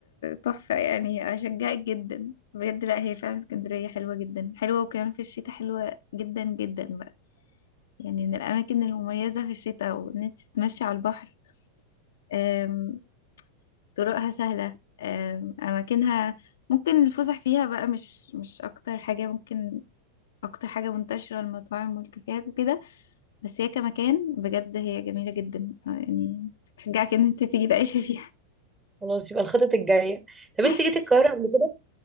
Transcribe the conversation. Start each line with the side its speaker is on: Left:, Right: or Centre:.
Left: تحفه يعني اشجعك جدا بجد لا هي فعلا اسكندريه حلوه جدا حلوه وكمان في الشتاء حلوه جدا جدا يعني من الأماكن المميزة في الشتاء وإن أنت تتمشي على البحر أم، طرقها سهلة أم، أماكنها ممكن الفسح فيها بقى مش مش أكتر حاجة ممكن أكتر حاجة منتشرة المطاعم والكافيهات وكده بس هي كمكان بجد هي جميلة جدا آه، يعني شجعك إن أنت تيجي تعيشي فيها
Right: خلاص يبقى الخطط الجايه طب
Left: <laughs>
Right: انت جيتي القاهره قبل كده